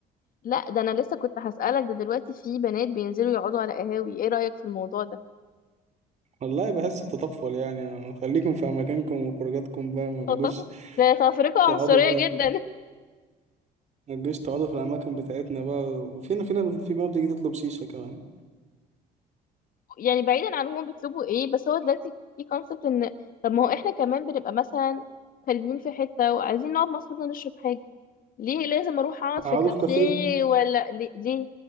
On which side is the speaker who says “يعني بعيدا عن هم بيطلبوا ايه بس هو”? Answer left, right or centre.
Left